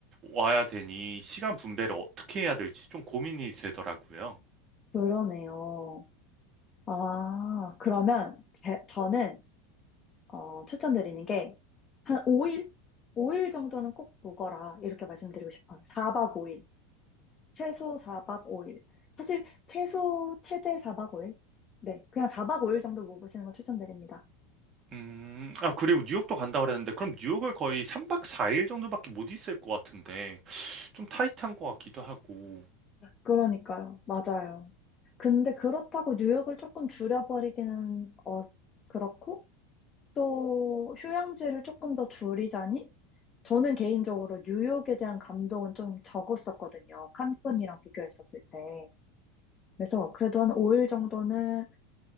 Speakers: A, on the right (about 25°); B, on the left (about 20°).
A: 와야 되니, 시간 분배를 어떻게 해야 될지 좀 고민이 되더라고요.
B: 그러네요. 아, 그러면 제, 저는 어, 추천드리는 게, 한 5일? 5일 정도는 꼭 묵어라. 이렇게 말씀드리고 싶어요. 4박 5일. 최소 4박 5일. 사실, 최소, 최대 4박 5일? 네. 그냥 4박 5일 정도 묵으시는 거 추천드립니다.
A: 음, 아, 그리고 뉴욕도 간다 그랬는데, 그럼 뉴욕을 거의 3박 4일 정도밖에 못 있을 것 같은데, 좀 타이트한 것 같기도 하고,
B: 그러니까요. 맞아요. 근데 그렇다고 뉴욕을 조금 줄여버리기는, 어, 그렇고, 또, 휴양지를 조금 더 줄이자니? 저는 개인적으로 뉴욕에 대한 감동은 좀 적었었거든요. 칸쿤이랑 비교했었을 때. 그래서 그래도 한 5일 정도는